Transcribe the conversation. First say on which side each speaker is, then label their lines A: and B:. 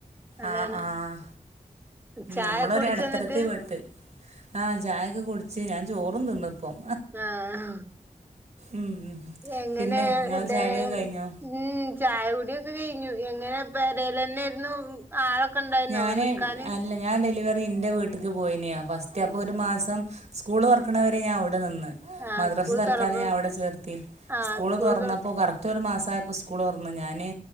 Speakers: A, on the right; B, on the right.
A: അതാണ്
B: ആഹ് ആഹ്
A: ചായ
B: നമ്മളൊരു
A: കുടിച്ചോ
B: എടത്തരത്തി
A: എന്നിട്ട്
B: പെട്ട് ആഹ് ചായൊക്കെ കുടിച്ച് ഞാൻ ചോറും തിന്നു അപ്പം
A: ആഹ്
B: ഉം
A: എങ്ങനെ
B: പിന്നെ നിങ്ങളെ
A: ഇത്
B: ചായ കുടിയൊക്കെ കഴിഞ്ഞോ
A: ഉം ചായ കുടിയൊക്കെ കഴിഞ്ഞു എങ്ങനെ പെരേല്ലെന്നേയിരുനു ആളൊക്കെ ഒണ്ടായിന്നോ
B: ഞാന്
A: നിക്കാന്?
B: അല്ല ഞാൻ ഡെലിവറി ഇൻ്റെ വീട്ടിക്ക് പോയിനെ ഫസ്റ്റ് അപ്പോ ഒരു മാസം സ്കൂള് തൊറക്കണവരെ ഞാൻ ഇവടെ നിന്ന്.
A: ആഹ്
B: മദ്രാസ്
A: സ്കൂൾ
B: തൽക്കാലം
A: തൊറമ്പോ
B: ഞാൻ അവിടെ ചേർത്തി
A: ആഹ്
B: സ്കൂള് തുറന്നപ്പോ
A: തൊ
B: കറ റ്റൊരു മാസം അയപ്പോ സ്കൂള് തൊറന്ന് ഞാന്